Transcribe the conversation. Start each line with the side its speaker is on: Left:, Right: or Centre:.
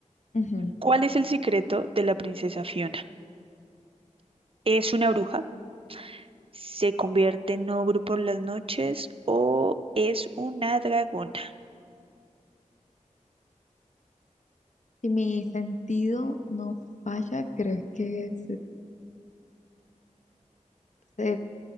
Left: Ujú.
Right: ¿Cuál es el secreto de la princesa Fiona? ¿Es una bruja? ¿Se convierte en ogro por las noches? ¿O es una dragona?
Left: Si mi sentido no falla, creo que se, se